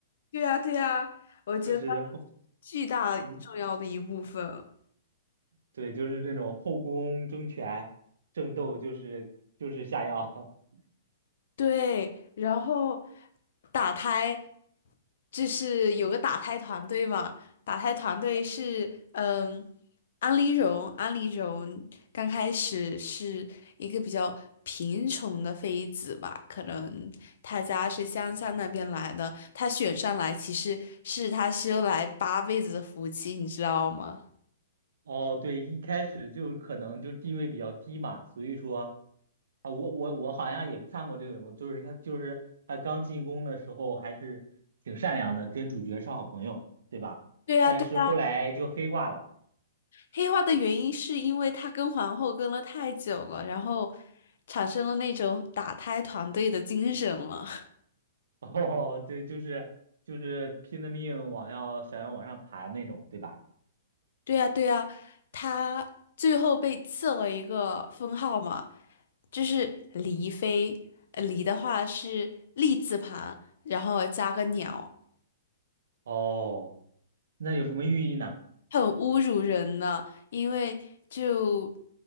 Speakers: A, on the left (about 65°); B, on the right (about 75°).
A: 对呀，对呀，
B: <laughs>
A: 我觉得
B: 就是后
A: 巨大重要的一部分。
B: 嗯对，就是这种后宫争权争斗，就是就是下药。<laughs>
A: 对，然后打胎就是有个打胎团队嘛，打胎团队是嗯，安陵容，安陵容刚开始是一个比较贫穷的妃子吧，可能她家是乡下那边来的，她选上来其实是她修来八辈子的福气，你知道吗？
B: 哦，对，一开始就可能就地位比较低嘛，所以说啊，我我我好像也看过这个人物，就是他就是他刚进宫的时候还是挺善良的，跟主角是好朋友，对吧？
A: 对呀，
B: 但是后来就黑化了，
A: 对呀。黑化的原因是因为他跟皇后跟了太久了，然后产生了那种打胎团队的精神了。
B: <laughs> 哦，对，就是就是拼了命往要想要往上爬的那种，对吧？
A: <laughs> 对呀，对呀，他最后被赐了一个封号嘛，就是离妃。呃离的话是立字旁，然后加个鸟。
B: 哦，那有什么寓意呢？
A: 很侮辱人呢，因为就